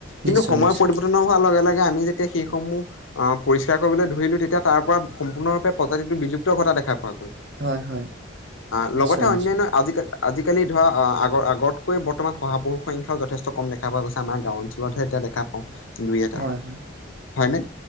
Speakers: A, on the right; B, on the left.
A: নিশ্চয়,
B: কিন্তু সময়
A: নিশ্চয়।
B: পৰিৱৰ্তন হোৱাৰ লগে লগে আমি যেতিয়া সেইসমূহ আহ পৰিষ্কাৰ কৰিবলৈ ধৰিলো তেতিয়া তাৰ পৰা সম্পূৰ্ণৰূপে প্ৰজাতিটো বিলুপ্ত ঘটা দেখা পোৱা গ'ল।
A: হয়, হয়,
B: আহ
A: নিশ্চয়,
B: লগতে
A: নিশ্চয়।
B: অন্যান্য আজিকালি আজিকালি ধৰা আগৰ আগতকৈ বৰ্তমান শহাপহুৰ সংখ্যাও যথেষ্ট কম দেখা পোৱা গৈছে আমাৰ গাও অঞ্চলতহে এতিয়া দেখা পাওঁ। দুই এটা।
A: হয়, হয়,
B: হয়নে?